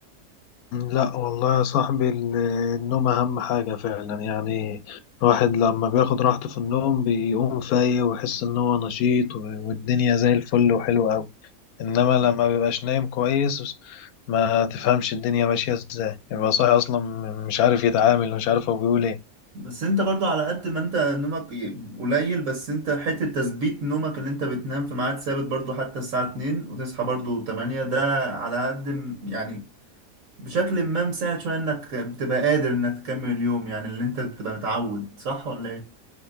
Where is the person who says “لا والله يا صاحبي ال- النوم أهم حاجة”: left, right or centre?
Left